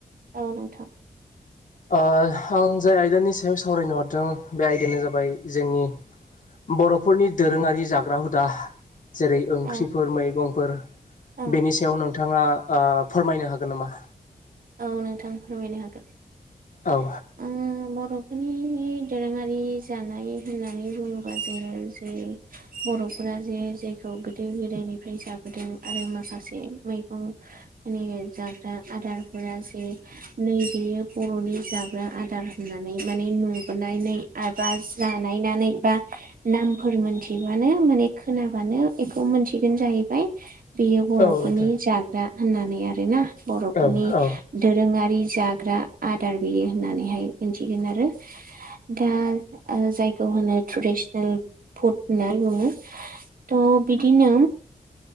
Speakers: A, on the right; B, on the left.
A: औ नोंथां
B: ओ आं जाय आयदानि सायाव सावरायनो हरदों बे आयदायानो जाबाय जोंनि बर'फोरनि दोरोङारि जाग्रा हुदा जेरै ओंख्रिफोर
A: औ
B: मैगं फोर
A: औ
B: बेनि सायाव नोंथाङा आ फोरमायनो हागोन नामा
A: औ नोंथां फोरमायनो हागोन
B: औ
A: ओ बरफोरनि दोरोङारि जानाय होननानै बुङोबा जोङो जे बर'फोरा जे जेखौ गोदो गोदायनिफ्राय जाबोदों आरो माखासे मैगं माने जाग्रा आदारफोरा जे नै बेयो बर'नि जाग्रा ग्रा आदार होनानै माने नुबोनानै बा जानायनानै बा नामफोर मोनथिबानो माने खोनाबानो बेखौ मोनथिगोन जाहैबाय बेयो बर'फोरनि
B: औ नोंथां
A: जाग्रा होननानै आरोना बर'फोरनि
B: औ औ
A: दोरोङारि। जाग्रा आदार बियो होननानैहाय मिथिगोन आरो दा ओ जायखौ होनो ट्रेडिसनेल फुड होननानै बुङो। थ' बिदिनो